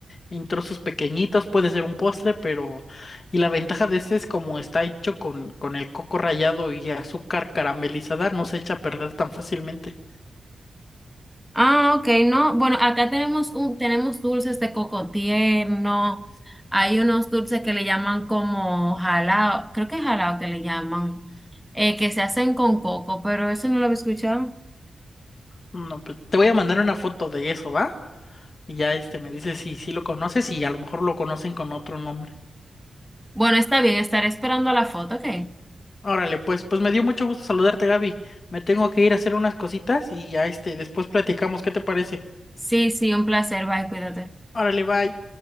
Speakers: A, on the left; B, in the centre.
A: en trozos pequeñitos, puede ser un postre, pero, y la ventaja de este es como está hecho con, con el coco rallado y azúcar caramelizada, no se echa a perder tan fácilmente.
B: Ah, ok, no. Bueno, acá tenemos un, tenemos dulces de coco tierno. Hay unos dulces que le llaman como jalao, creo que es jalao que le llaman, eh, que se hacen con coco, pero eso no lo había escuchado.
A: No, pues, te voy a mandar una foto de eso, ¿va? Y ya este me dice si sí lo conoces y a lo mejor lo conocen con otro nombre.
B: Bueno, está bien, estaré esperando la foto, ok.
A: Órale, pues, pues me dio mucho gusto saludarte, Gaby. Me tengo que ir a hacer unas cositas y ya este después platicamos, ¿qué te parece?
B: Sí, sí, un placer, bye, cuídate.
A: Órale, bye.